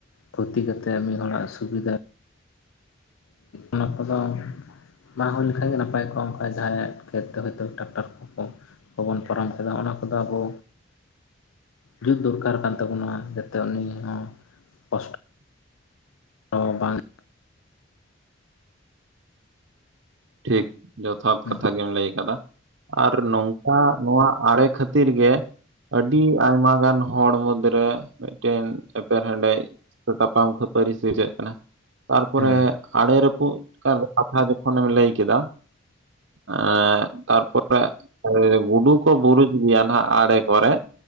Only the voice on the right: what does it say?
ᱴᱷᱤᱠ, ᱡᱚᱛᱷᱟᱛ
ᱠᱟᱛᱷᱟ ᱜᱮᱢ ᱞᱟᱹᱭ ᱠᱟᱫᱟ᱾ ᱟᱨ ᱱᱚᱝᱠᱟ ᱱᱚᱣᱟ ᱟᱲᱮ ᱠᱷᱟᱹᱛᱤᱨ ᱜᱮ ᱟᱹᱰᱤ ᱟᱭᱢᱟ ᱜᱟᱱ ᱦᱚᱲ ᱢᱩᱫᱽ ᱨᱮ ᱢᱤᱫᱴᱮᱱ ᱮᱯᱮᱨᱦᱮᱸᱰᱮᱡ ᱥᱮ ᱛᱟᱯᱟᱢ ᱠᱷᱟᱹᱯᱟᱹᱨᱤ ᱥᱤᱨᱡᱟᱹᱜ ᱠᱟᱱᱟ, ᱛᱟᱨᱯᱚᱨᱮ
ᱟᱲᱮ ᱨᱟᱹᱯᱩᱫ <inaudible> ᱠᱟᱛᱷᱟ ᱡᱚᱠᱷᱚᱱᱮᱢ ᱞᱟᱹᱭ ᱠᱮᱫᱟ, ᱮᱸ ᱛᱟᱨᱯᱚᱨᱮ ᱟᱨ ᱜᱩᱰᱩ ᱠᱚ ᱵᱩᱨᱩᱡ ᱜᱮᱭᱟ ᱱᱟᱦᱟᱜ ᱟᱲᱮ ᱠᱚᱨᱮ,